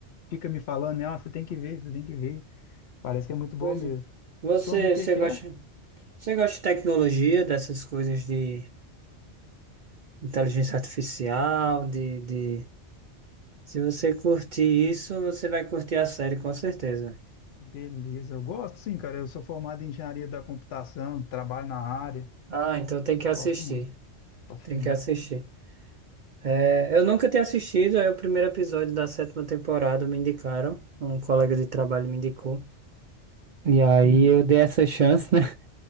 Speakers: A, on the left; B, on the right.
A: fica me falando, né? "Ah, você tem que ver, você tem que ver. Parece que é muito boa
B: Pois
A: mesmo.
B: é. Você,
A: Sobre o que
B: você
A: que
B: gosta,
A: é?
B: você gosta de tecnologia, dessas coisas de inteligência artificial, de, de... Se você curtir isso, você vai curtir a série, com certeza.
A: Beleza, eu gosto sim, cara. Eu sou formado em engenharia da computação, trabalho na área.
B: Ah, então tem que
A: Eu
B: assistir.
A: gosto muito, gosto
B: Tem
A: muito.
B: que assistir. É, Eu nunca tinha assistido, aí o primeiro episódio da sétima temporada me indicaram, um colega de trabalho me indicou. E aí
A: Hum.
B: eu dei essa chance, né? <laughs>